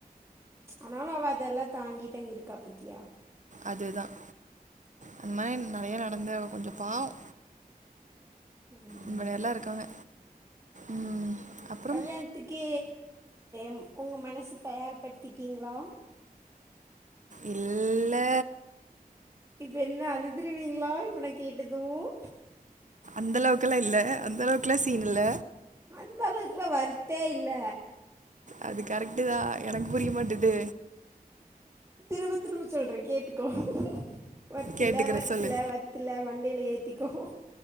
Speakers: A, on the right; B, on the right.
A: ச் ஆனாலும் அவ அதெல்லா தாங்கிட்டங்க இருக்கா பத்தியா
B: அதுதான். அந்த மாரி நறைய நடந்து அவ கொஞ்ச பாவம்
A: ம்.
B: இங்கன எல்லா இருக்காங்க ம் அப்புறம்
A: கல்யாணத்துக்கு கு உங்க மனச தயார் படுத்திட்டீங்ளா?
B: இல்ல
A: இப்ப என்ன அழுதுருவீங்ளா இப்ப நா கேட்டதும்
B: அந்த அளவுக்குலா இல்ல, அந்த அளவுக்லா சீன் இல்ல
A: அந்த அளவுக்குலா வொர்த்தே இல்ல
B: அது கரெக்டுதா எனக்கு புரிய மாட்டுது
A: திரும்ப திரும்ப சொல்றே கேட்டுக்கோ வொர்த்தில்ல
B: கேட்டுக்கிற
A: வொர்த்தில்ல
B: சொல்லு
A: வொர்த்தில்ல மண்டைல ஏத்தி க்கோ